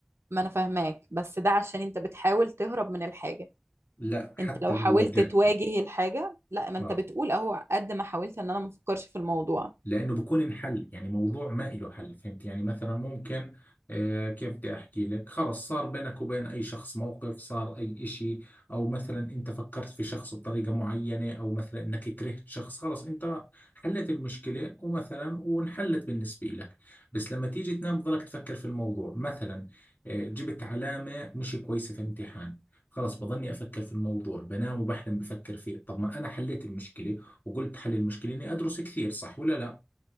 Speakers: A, on the right; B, on the left.
A: ما انا فاهماك بس ده عشان انت بتحاول تهرب من الحاجة
B: لا حتى
A: انت لو
B: لو
A: حاولت
B: واجهتها
A: تواجه الحاجة لا ما انت
B: آه
A: بتقول اهو قد ما حاولت ان انا ما افكرش في الموضوع
B: لانه بكون انحل يعني موضوع ما إله حل فهمت يعني مثلا ممكن آه كيف بدي احكي لك خلص صار بينك وبين اي شخص موقف صار اي اشي او مثلا انت فكرت في شخص بطريقة معينة او مثلا انك كرهت شخص خلص انت حلت المشكلة ومثلا وانحلت بالنسبة لك بس لما تيجي تنام بضلك تفكر في الموضوع مثلا آه جبت علامة مش كويسة في امتحان خلص بضلني افكر في الموضوع بنام وبحلم بفكر فيه طب ما انا حليت المشكلة وقلت حل المشكلة اني ادرس كثير صح ولا لا